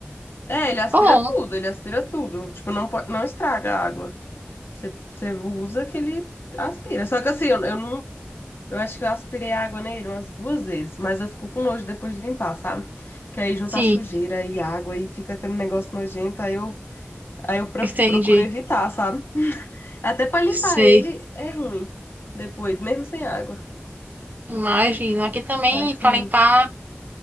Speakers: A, on the left; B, on the right.
A: É, ele aspira
B: Bom,
A: tudo, ele aspira tudo. Tipo, não pode, não estraga a água. Você, você usa que ele aspira. Só que assim, eu, eu não. Eu acho que eu aspirei água nele umas duas vezes, mas eu fico com nojo depois de limpar, sabe? Que aí junta
B: sim,
A: sujeira e água e fica aquele negócio nojento, aí eu, aí eu pro-
B: entendi.
A: procuro evitar, sabe? Até pra limpar
B: Sei.
A: ele é ruim depois, mesmo sem água.
B: Imagina. Aqui também,
A: Eu acho
B: pra
A: ruim.
B: limpar,